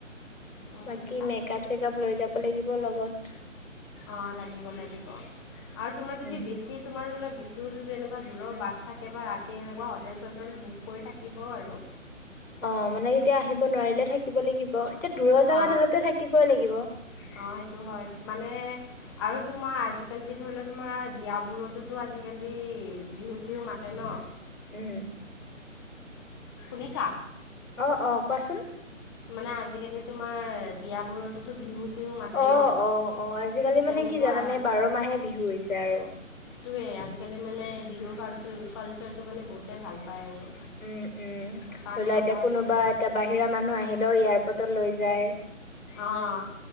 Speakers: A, on the left; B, on the left.
A: উম
B: বাকী
A: তাকেই
B: মেকপ চেকাপ লৈ যাব লাগিব লগত।
A: অ', লাগিব লাগিব আৰু তোমাৰ যদি
B: উম।
A: বেছি তোমাৰ বোলে ছোঁ যদি এনেকুৱা দূৰৰ বাট থাকে বা ৰাতি এনেকুৱা হোটেল চোটেল বুক কৰি থাকিব আৰু।
B: অ', মানে এতিয়া আহিব নোৱাৰিলে থাকিব লাগিব। এয়া দূৰৰ জাগাত
A: অঁ
B: হলেতো থাকিবই লাগিব।
A: অঁ সেইটো হয় মানে আৰু তোমাৰ আজিকালি ধৰি লোৱা তোমাৰ বিয়াবোৰতো আজিকালি বিহু চিহু মাতে ন।
B: উম,
A: শুনিছা?
B: অ', অ' কোৱাচোন।
A: মানে আজিকালি তোমাৰ বিয়াবোৰতোতো বিহু চিহু মাতে
B: অ',
A: ন
B: অ', অ' আজিকালি
A: তেনেকুৱা
B: মানে কি জানানে বাৰ মাহে বিহু হৈছে আৰু।
A: টোৱেই আজিকালি মানে বিহুৰ কালচাৰ কালচাৰটো মানে বহুতেই ভাল পায় আৰু।
B: উম, উম,
A: সেইকাৰণে
B: ধৰি লোৱা
A: মাতা
B: এতিয়া
A: হৈছে
B: কোনোবা
A: আৰু
B: এতিয়া বাহিৰা মানুহ আহিলেও এয়াৰপৰ্টত লৈ যায়।
A: অঁ